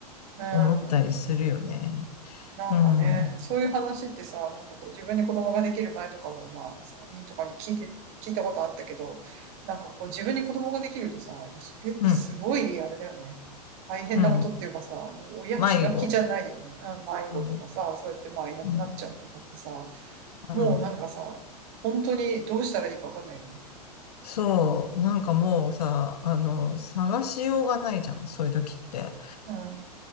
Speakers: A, on the right; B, on the left.
A: うん。
B: 思ったりするよね。
A: うんなんかね、
B: うん、うん、
A: そういう話ってさ、なんかこう自分に子供ができる前とかもまあさ、にとかに聞いて、聞いたことあったけど、なんかこう自分に子供ができるとさ、いや、それってすごいあれだよね。
B: うん、
A: 大変なことっていうかさ、
B: うん。
A: もう親気が気じゃないよね。
B: 迷子
A: うん、迷子とかさ、
B: うん、
A: そうやってまあいなくなっちゃうとかってさ、
B: うん、うん。
A: もうなんかさ、本当にどうしたらいいかわかんないよね。
B: そう、なんかもうさ、あの、探しようがないじゃん、そういう時って。
A: うん、